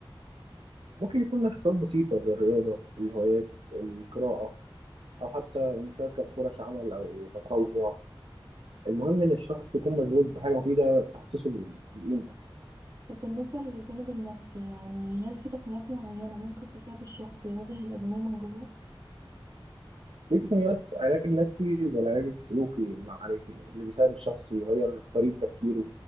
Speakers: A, on the right; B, on the right.
A: ممكن يكون نشاطات بسيطه زي الرياضه الهوايات القراءه او حتى المشاركه في فرص عمل او تطوع المهم ان الشخص يكون مشغول بحاجه مفيده تحسسه بال- بالقيمه
B: طب بالنسبة للجانب النفسي يعني هل في تقنيات معينة ممكن تساعد الشخص يواجه الإدمان من جوه
A: في تقنيات علاج نفسي زي العلاج السلوكي المعرفي اللي بيساعد الشخص يغير طريقة تفكيره